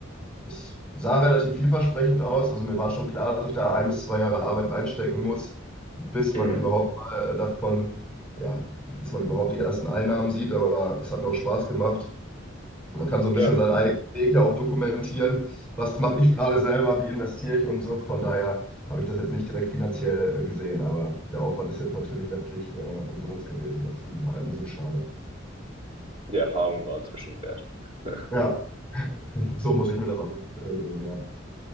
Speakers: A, in the centre; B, on the right.
A: es sah relativ vielversprechend aus. Also mir war schon klar, dass ich da ein bis zwei Jahre Arbeit reinstecken muss, bis
B: mhm.
A: man überhaupt mal äh, davon, ja, bis man überhaupt die ersten Einnahmen sieht. Aber es hat mir auch Spaß gemacht. Man kann so ein
B: Ja,
A: bisschen seinen eigenen Weg ja auch dokumentieren. Was mache ich gerade selber? Wie investiere ich und so. Von daher habe ich das jetzt nicht direkt finanziell äh, gesehen, aber der Aufwand ist jetzt natürlich letztlich äh, umsonst gewesen. Das ist halt ein bisschen schade.
B: die Erfahrungen waren inzwischen wert. <laughs>
A: Ja, so muss ich mir das auch vorstellen, ja.